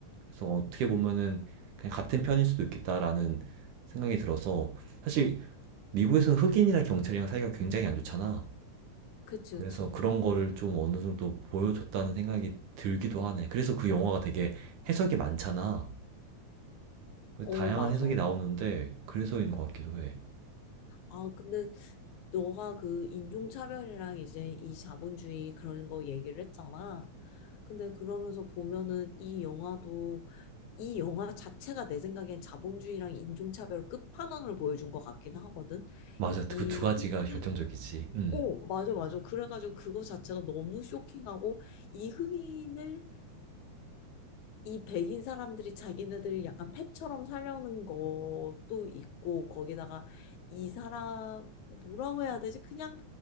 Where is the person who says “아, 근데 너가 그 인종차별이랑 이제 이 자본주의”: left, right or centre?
Left